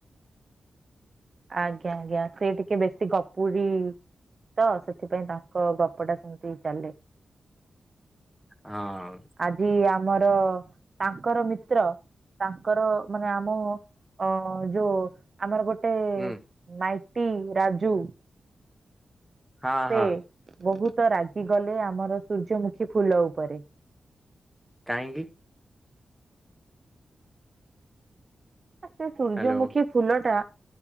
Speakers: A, on the right (about 35°); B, in the centre.
A: ଆଜ୍ଞା ଆଜ୍ଞା ସେ ଟିକେ ବେଶୀ ଗପୁୁରୀ ତ ସେଥିପାଇଁ ତାଙ୍କ ଗପ ଟା ସେମିତି ଚାଲେ।
B: ହଁ।
A: ଆଜି ଆମର ତାଙ୍କର ମିତ୍ର ତାଙ୍କର ମାନେ ଆମ ଅ ଯୋଉ ଆମର ଗୋଟେ
B: ହୁଁ
A: ମାଇଟି ରାଜୁ
B: ହଁ
A: ସେ
B: ହଁ।
A: ବହୁତ ରାଗିଗଲେ ଆମର ସୂର୍ଯ୍ୟମୁଖୀ ଫୁଲ ଉପରେ।
B: କାହିଁକି?
A: ସେ ସୂର୍ଯ୍ୟମୁଖୀ
B: ହ୍ୟାଲୋ
A: ଫୁଲ ଟା